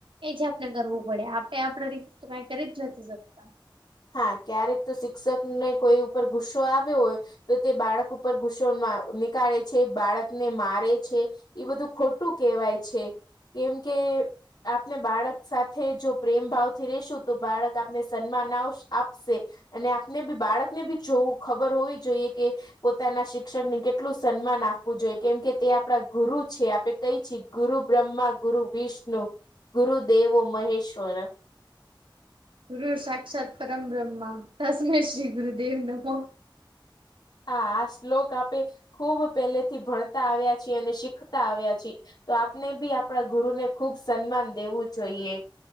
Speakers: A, on the right; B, on the left.
A: એ જાતને કરવું પડે આપે આપડા રીતે તો કાઈ કરી જ નથી શકતા
B: હા, ક્યારેક તો શિક્ષક ને કોઈ ઉપર ગુસ્સો આવ્યો હોય, તો તે બાળક ઉપર ગુસ્સોમાની કાલે છે બાળક ને મારે છે, એ બધું ખોટું કેવાય છે. કેમ કે આપને બાળક સાથે જો પ્રેમ ભાવથી રેસુ, તો બાળક આપને સન્માન આવશે આપશે, અને આપને બી બાળકને બી જોવું ખબર હોવી જોઈએ કે પોતાના શિક્ષકની કે ટલું સન્માન આપવું જોઈએ કેમ કે તે આપડા ગુરુ છે આપે કઈ છી, ગુરુ બ્રહ્મા ગુર વિષ્ણુ ગુર દેવો મહેેશ્વર
A: ગુરર સાક્ષાત્ પરમ બ્રહ્મા તસમય શ્રી ગુર દેવ નમ
B: હા આ શ્લોક આપે ખુબ પેહલે થી ભણતા આવ્યા છીએ, અને શિક ખતા આવ્યા છી, તો આપને બી આપણા ગુરુને ખુબ સન્માન દેવું જોઈએ.